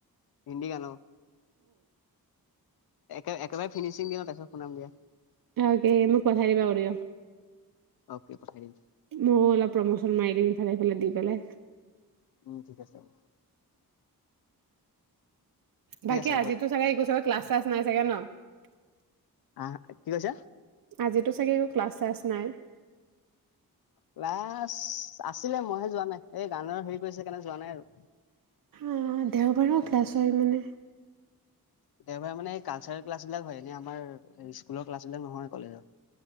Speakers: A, on the left (about 75°); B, on the right (about 60°).
A: হিন্দী গান অ'। একে-একেবাৰে ফিনিচিং দিয়া দেখাম, শুনামগে।
B: আগে মোক পঠাই দিবা, উলিয়াম।
A: অ'কে, পঠাই দিম।
B: মই অলপ প্ৰমোচন মাৰি দিম, ইফালে-সিফালে দি পেলাই।
A: উম, ঠিক আছে হ'ব। ঠিক
B: বাকী
A: আছে হ'ব
B: আজিতো
A: দিয়া।
B: চাগে এই <unintelligible> ক্লাছ শ্লাচ। নাই চাগে ন। <unintelligible>
A: আহ কি কৈছা?
B: আজিতো চাগে একো ক্লাছ শ্লাছ নাই।
A: ক্লাছ আছিলে মইহে যোৱা নাই এই গানৰ হেৰি কৰি আছে কাৰনে যোৱা নাই আৰু।
B: আহ দেওবাৰেও ক্লাছ হয় মানে।
A: কেতিয়াবা মানে কালচাৰেল ক্লাছ বিলাক হয় এনে আমাৰ স্কুলৰ ক্লাছ বিলাক নহয় কলেজৰ।